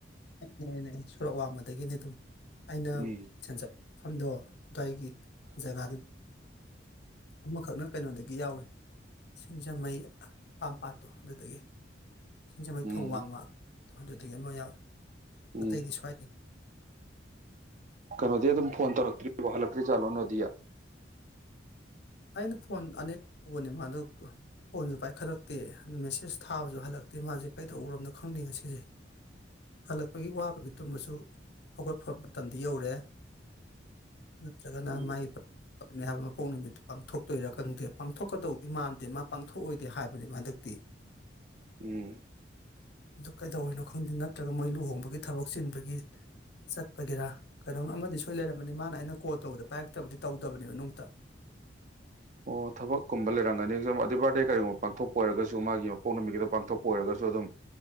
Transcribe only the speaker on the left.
ꯅꯅꯦ ꯁꯨꯔꯛ ꯋꯥꯡꯃꯗꯒꯤꯅꯤ ꯑꯗꯨꯝ ꯑꯩꯅ
ꯁ ꯆ ꯃꯐꯝꯗꯣ ꯑꯗꯨꯗꯥꯋꯥꯏꯒꯤ ꯖꯒꯥꯗꯨ ꯑꯃꯈꯛꯅ ꯀꯩꯅꯣꯗꯒꯤ ꯌꯥꯎꯔꯤ ꯁꯤꯡꯖꯃꯩ ꯑꯀꯥꯝꯄꯥꯥꯠꯇꯣ ꯑꯗꯨꯗꯒꯤ ꯁꯤꯡꯖꯃꯩ
ꯊꯣꯡ ꯋꯥꯡꯃ ꯇꯨꯍꯟꯗꯨꯗꯒꯤ ꯑꯃ ꯌꯥꯎꯋꯦ ꯑꯇꯩ
ꯑꯩꯗꯤ ꯁꯋꯥꯏ
ꯑꯩꯅ ꯐꯣꯟ ꯑꯅꯦꯛ ꯎꯧꯕꯅꯦ ꯃꯥꯗꯨ ꯐꯣꯟꯁꯨ ꯄꯥꯏꯈꯠꯂꯛꯇꯦ ꯃꯦꯁꯦꯁ ꯊꯥꯕꯁꯨ ꯍꯜꯂꯛꯇꯦ ꯃꯥꯁꯦ ꯀꯩꯗꯧ ꯎꯔꯣꯅꯣ ꯈꯪꯅꯤꯡꯉ ꯁꯤꯁꯦ ꯍꯜꯂꯛꯄꯒꯤ ꯋꯥꯕꯒꯤ ꯇꯨꯝꯕꯁꯨ ꯍꯧꯒꯠꯄ ꯃꯇꯝꯗꯤ ꯌꯧꯔꯦ ꯅꯠꯇ꯭ꯔꯒꯅ
ꯃꯥꯏ ꯄꯥꯛꯥꯛ ꯍꯥꯏꯕ ꯐꯣꯟꯕꯤ ꯄꯥꯡꯊꯣꯛꯇꯣꯏꯔꯥ ꯈꯪꯗꯦ ꯄꯥꯡꯊꯣꯛꯀꯗꯧꯗꯤ ꯃꯥꯟꯗꯦ ꯃꯥ ꯄꯥꯡꯊꯣꯛꯑꯣꯏꯗꯦ ꯍꯥꯏꯕꯅꯤ ꯃꯥꯗ ꯑꯗꯨ
ꯀꯩꯗꯧꯔꯤꯅꯣ ꯈꯪꯗꯦ ꯅꯠꯇ꯭ꯔꯒ ꯃꯣꯏ ꯂꯨꯍꯣꯡꯕꯒꯤ ꯊꯕꯛ ꯆꯤꯟꯕꯒꯤ ꯆꯠꯄꯒꯤꯦꯔꯥ ꯀꯩꯅꯣꯝ ꯑꯃꯗꯤ ꯁꯣꯏ ꯂꯩꯔꯝꯃꯅꯤ ꯃꯥꯅ ꯑꯩꯅ ꯀꯣꯜ ꯇꯧꯕꯗ ꯄꯥꯏꯔꯛꯇꯕꯗꯤ ꯇꯧꯗꯕꯅꯦꯕ ꯅꯨꯡꯇ